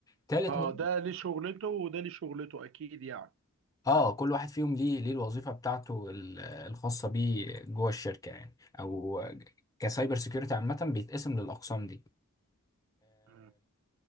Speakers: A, on the left; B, on the right.
A: تالت
B: اه
A: نوع
B: ده ليه شغلته وده ليه شغلته اكيد يعني
A: اه كل واحد فيهم ليه ليه الوظيفه بتاعته ال- الخاصه بيه جوه الشركه يعني او كسايبر سيكيورتي عامه بيتقسم للاقسام دي
B: مم.